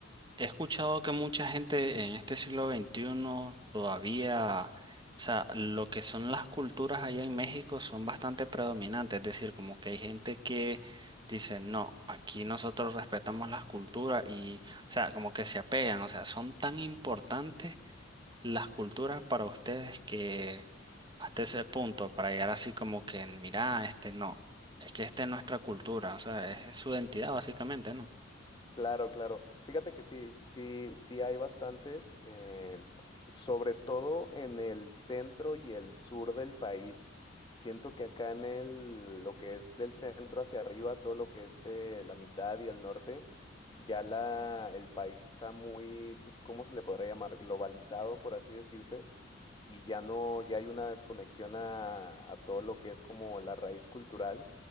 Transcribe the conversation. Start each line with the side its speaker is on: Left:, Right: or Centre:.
Right: he escuchado que mucha gente en este siglo veintiuno todavía, o sea, lo que son las culturas allá en México son bastante predominantes, es decir, como que hay gente que... dice, no, aquí nosotros respetamos las culturas y, o sea, como que se apegan, o sea, son tan importantes las culturas para ustedes que hasta ese punto, para llegar así como que, mira, este no, es que esta es nuestra cultura, o sea, es, su identidad básicamente, ¿no?
Left: Claro, claro. Fíjate que sí, sí, sí hay bastantes, eh, sobre todo en el centro y el sur del país. Siento que acá en el, lo que es del centro hacia arriba, todo lo que es eh, la mitad y el norte, ya la, el país está muy, pues, ¿cómo se le podrá llamar? Globalizado, por así decirse. y ya no, ya hay una desconexión a, a todo lo que es como la raíz cultural,